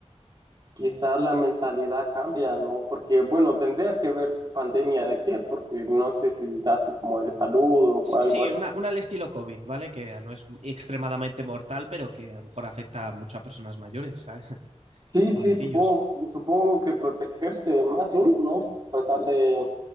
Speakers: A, on the right; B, on the right.
A: quizás la mentalidad cambia, ¿no? Porque, bueno, tendría que ver pandemia de qué, porque no sé si es así como de salud
B: Sí,
A: o algo
B: sí,
A: así.
B: una, una al estilo COVID, ¿vale? Que no es extremadamente mortal, pero que a lo mejor afecta mucho a personas mayores, ¿sabes? <laughs>
A: Sí,
B: Pobrecillos.
A: sí, supongo, supongo que protegerse más uno, ¿no? Tratar de,